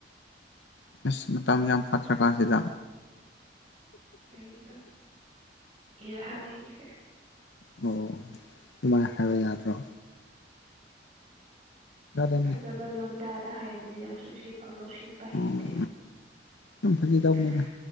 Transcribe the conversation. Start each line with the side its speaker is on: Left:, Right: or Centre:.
Left: ꯑꯁ ꯃꯇꯝ ꯌꯥꯝ ꯐꯠꯇ꯭ꯔꯀꯥꯟꯁꯤꯗ
Right: ꯑꯩꯗ ꯏꯔꯍꯅꯤꯒꯤ
Left: ꯑꯣ ꯑꯗꯨꯃꯥꯏꯅ ꯍꯥꯏꯕ ꯌꯥꯗ꯭ꯔꯣ ꯈꯔꯗꯅꯤ
Right: ꯐꯖꯕ ꯂꯣꯟꯗꯥꯗ ꯍꯥꯏ ꯃ ꯂꯧꯁꯤꯟꯕ ꯍꯩꯇꯦ
Left: ꯑꯣ ꯁꯨꯝ ꯐꯥꯒꯤ ꯇꯧꯕꯅꯤꯗ
Right: ꯀꯅꯥ